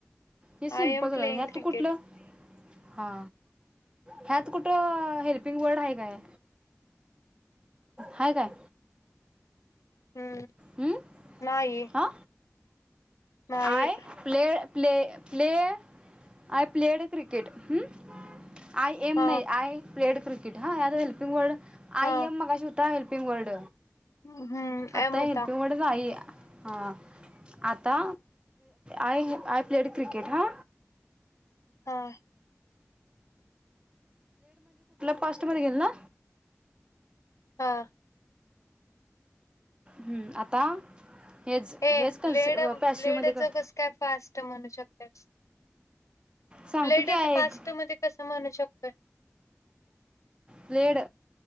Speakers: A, on the right; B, on the left.
A: हे सिम्पल
B: आय एम
A: झालं.
B: प्लेइंग
A: हयात
B: क्रिकेट
A: तू कुठलं हा ह्यात कुठ हेल्पिंग वर्ड आहे काय. हाय काय.
B: हम्म
A: हम्म
B: नाही
A: आ
B: नाही
A: I play play play I played cricket. Hum I am
B: हा
A: नाही. आय प्लेड क्रिकेट हा असं हेल्पिंग वर्ड आय
B: हा
A: एम मगाशी होता हेल्पिंग वर्ड.
B: हम्म
A: आत
B: एम
A: आता
B: होता
A: हेल्पिंग वर्ड जो आहे. हा आता आय आय प्लेड क्रिकेट हा.
B: हा.
A: पास्ट मध्ये गेल ना.
B: हा.
A: हम्म आता हेच
B: ये
A: हेच
B: हे
A: कन्सि
B: प्लेड प्लेडच
A: पॅशिवमध्ये क
B: कस काय पास्ट म्हणू शकतील.
A: सांगतो
B: प्लेडच
A: की आय
B: पास्ट
A: एक
B: मध्ये कसं म्हणू शकतो.
A: पलेड